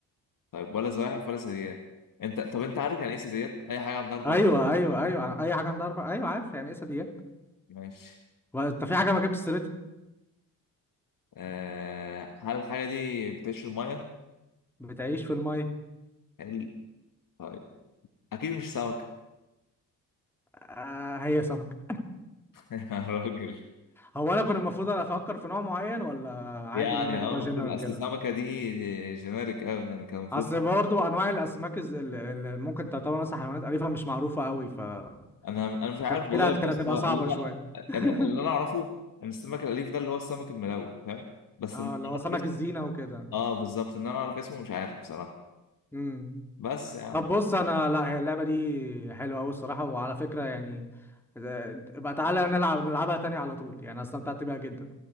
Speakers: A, on the left; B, in the centre.
A: طيب ولا زواحف ولا ثدييات؟ انت طب انت عارف يعني ايه ثدييات؟ أي حاجة عندها أربع
B: ايوه
A: رجلين
B: ايوه ايوه اي حاجه عندها اربع ايوه عارف يعني ايه ثدييات
A: ماشي
B: وانت في حاجه ما جبتش سيرتها
A: آه هل الحاجة دي بتعيش في المية؟
B: بتعيش في الميه
A: هل... طيب أكيد مش سمكة
B: آه هي سمكه
A: <laughs> يا راجل
B: هو انا كنت المفروض انا افكر في نوع معين ولا عادي
A: يعني
B: ان انا اجيبها
A: اه المفروض
B: جنرال
A: أصل
B: كده
A: السمكة دي جينيريك أوي يعني كان المفروض
B: اصل برضو انواع الاسماك الز- ال- اللي ممكن تعتبر مثلا حيوانات اليفه مش معروفه قوي ف
A: انا انا
B: فكانت
A: مش عارف والله
B: كده كانت
A: بص
B: هتبقى
A: هو
B: صعبه
A: اللي
B: شويه
A: انا
B: <laughs>
A: يعني اللي انا اعرفه ان السمك الاليف ده اللي هو السمك الملون فاهم بس
B: اه
A: ان انا
B: اللي هو سمك
A: اعرف اسمه
B: الزينه وكده
A: اه بالظبط ان انا اعرف اسمه مش عارف بصراحه
B: امم
A: بس يا عم
B: طب بص انا لا هي اللعبه دي حلوه قوي الصراحه وعلى فكره يعني آه، بقى تعالى نلعب نلعبها تاني على طول يعني أنا استمتعت بيها جدا